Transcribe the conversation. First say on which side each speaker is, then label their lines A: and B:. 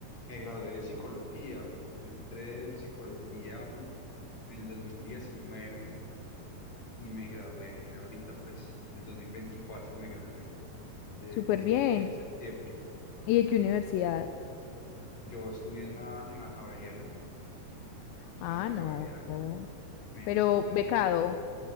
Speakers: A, on the left (about 40°); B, on the left (about 85°).
A: Me gradué de psicología. Yo entré en psicología en el 2019 y me gradué ahorita, pues, en el 2024 me gradué de,
B: Súper
A: de psicología
B: bien.
A: en septiembre.
B: ¿Y de qué universidad?
A: Yo estudié en la, en la Javeriana, soy
B: Ah,
A: en la
B: no.
A: Javeriana, me vine
B: Pero
A: a estudiar
B: becado
A: acá a la Javeriana